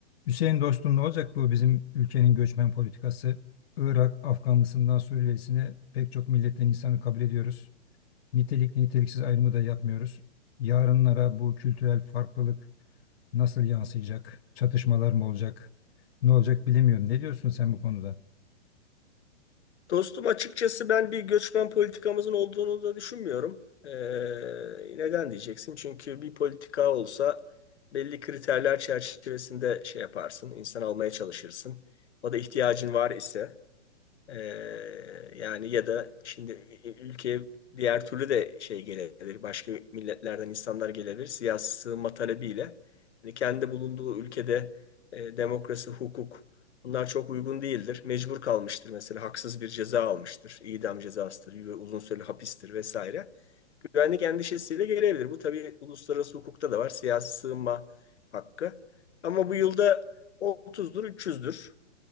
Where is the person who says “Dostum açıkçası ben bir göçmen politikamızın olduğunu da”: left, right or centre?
Left